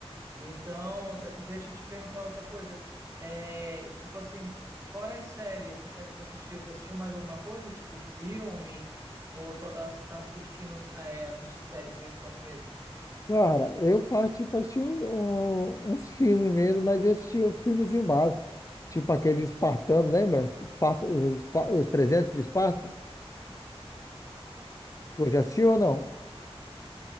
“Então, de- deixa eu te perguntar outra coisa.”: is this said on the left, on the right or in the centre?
Right